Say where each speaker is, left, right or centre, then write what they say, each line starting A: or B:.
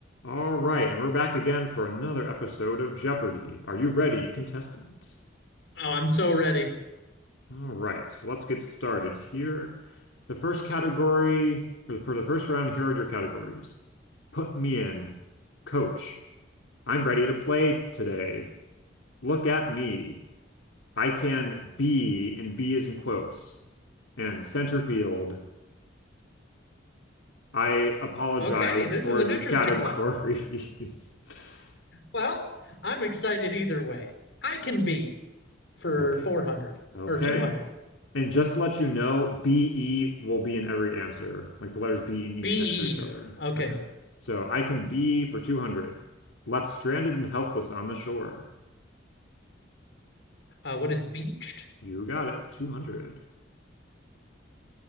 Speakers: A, on the left (about 80°); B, on the left (about 65°).
A: All right, and we're back again for another episode of Jeopardy! Are you ready, contestant?
B: Oh, I'm so ready.
A: All right, so let's get started here. The first category, or for the first round, here are your categories. Put me in. Coach, I'm ready to play today. Look at me. I can be, and be is in quotes. And center field. I apologize
B: Okay, this
A: for
B: is an
A: these
B: interesting
A: categories.
B: one.
A: <laughs>
B: Well, I'm excited either way. I can be for
A: Okay,
B: 400
A: okay.
B: or 200.
A: And just to let you know, BE will be in every answer, like the letters B and E
B: BE.
A: next to each other.
B: Okay.
A: Okay. So I can B for 200. Left stranded and helpless on the shore.
B: Uh, what is beached?
A: You got it. 200.